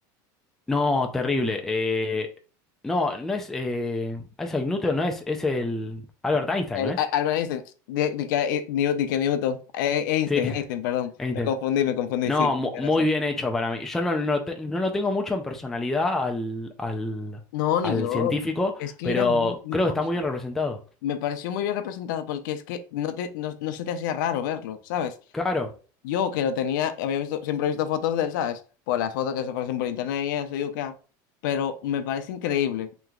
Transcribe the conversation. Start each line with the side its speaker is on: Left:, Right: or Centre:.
Centre: No, terrible. Eh, no, no es eh, Isaac Newton, no es, es el Albert Einstein,
Left: El,
Centre: ¿no es?
Left: a- Albert Einstein, di, di que, eh, New- di que Newton, eh, Einstein,
Centre: Sí, <laughs>
Left: Einstein, perdón,
Centre: Einstein.
Left: me confundí, me confundí,
Centre: No,
Left: sí,
Centre: mu-
Left: tienes
Centre: muy
Left: razón.
Centre: bien hecho para mí. Yo no, no, te- no lo tengo mucho en personalidad al, al,
Left: No, ni
Centre: al
Left: yo.
Centre: científico,
Left: Es que
Centre: pero
Left: era muy, muy
Centre: creo
Left: cosa.
Centre: que está muy bien representado.
Left: Me pareció muy bien representado porque es que no te, no, no se te hacía raro verlo, ¿sabes?
Centre: Claro,
Left: Yo que lo tenía, había visto, siempre he visto fotos de él, ¿sabes? Por las fotos que se aparecen por internet y eso, y acá. Pero me parece increíble